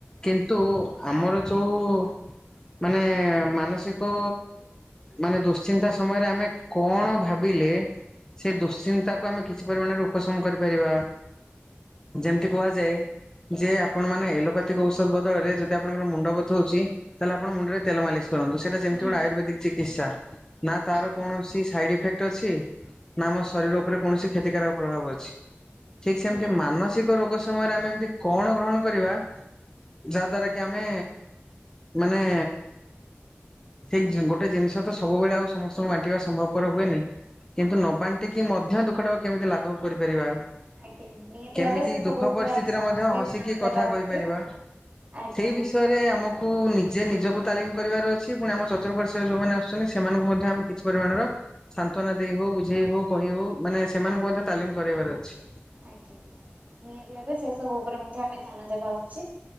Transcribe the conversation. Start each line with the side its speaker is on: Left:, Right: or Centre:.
Left: କିନ୍ତୁ ଆମର ଯୋଉ ମାନେ ମାନସିକ ମାନେ ଦୁଶ୍ଚିନ୍ତା ସମୟରେ ଆମେ କଣ ଭାବିଲେ ସେ ଦୁଶ୍ଚିନ୍ତାକୁ ଆମେ କିଛି ପରିମାଣ୍ ରେ ଉପଶମ୍ କରିପାରିବା। ଯେମତି କୁହାଯାଏ ଯେ ଆପଣ ମାନେ ଏଲୋପାତିକ୍ ଔଷଦ୍ ବଦଳରେ ଯଦି ଆପଣଙ୍କର୍ ମୁଣ୍ଡ ବଥଉଛି ତାହେଲେ ଆପଣ ମୁଣ୍ଡରେ ତେଲ ମାଲିସ୍ କରନ୍ତୁ। ସେଟା ଯେମତି
Right: ନିହାତି
Left: ଗୋଟେ ଆୟୁର୍ବେଦିକ୍ ଚିକିତ୍ସା ନା ତାର
Right: ଆଜ୍ଞା
Left: କୌଣସି ସାଇଡିଇଫେକ୍ଟ ଅଛି ନା ଆମ ଶରୀର ଉପରେ କୌଣସି କ୍ଷତିକାରକ ପ୍ରଭାବ ଅଛି। ଠିକ୍ ସେମତି
Right: ନିହାତି
Left: ମାନସିକ
Right: ଆଜ୍ଞା।
Left: ରୋଗ ସମୟରେ ଆମେ ଏମତି କଣ ଗ୍ରହଣ କରିବା ଯାହାଦ୍ଵାରା କି ଆମେ ମାନେ ସେଇ ଜିନ ଗୋଟେ ଜିନିଶ ତ ସବୁବେଳେ ଆଉ ସମସ୍ତଙ୍କୁ ବାଣ୍ଟିବା ସମ୍ଭବ୍ ପର ହୁଏନି। କିନ୍ତୁ ନ ବାଣ୍ଟି କି ମଧ୍ୟ ଦୁଃଖଟାକୁ କେମିତି ଲାଘଭ୍ କରିପାରିବା।
Right: ଆଜ୍ଞା ନିହାତି
Left: କେମିତି
Right: ଭାବେ ସେ ସବୁ
Left: ଦୁଃଖ
Right: ଉପରେ
Left: ପରିସ୍ଥିତିରେ
Right: ଆମେ ସମସ୍ତେ
Left: ମଧ୍ୟ ହସିକି
Right: ଧ୍ୟାନ
Left: କଥା
Right: ଦେବା ଉଚିତ।
Left: କହିପାରିବା।
Right: ଆଜ୍ଞା
Left: ସେଇ ବିଷୟରେ ଆମକ୍ କୁ ନିଜେ ନିଜକୁ ତାଲିମ୍ କରିବାର ଅଛି ପୁଣି ଆମ ଚତୁର୍ପାଶ୍ୱ ରେ ଯୋଉମାନେ ଅଛନ୍ତି ସେମାନଙ୍କୁ ମଧ୍ୟ ଆମେ କିଛି ପରିମାଣର ସାନ୍ତ୍ୱନା ଦେଇ ହୋଉ ବୁଝେଇ ହୋଉ କହିବୁ ମାନେ ସେମାନଙ୍କୁ ମଧ୍ୟ ତାଲିମ୍ କରେଇବାର ଅଛି।
Right: ଆଜ୍ଞା ନିହାତି ଭାବେ ସେ ସବୁ ଉପରେ ମଧ୍ୟ ଆମେ ଧ୍ୟାନ ଦେବା ଉଚିତ୍।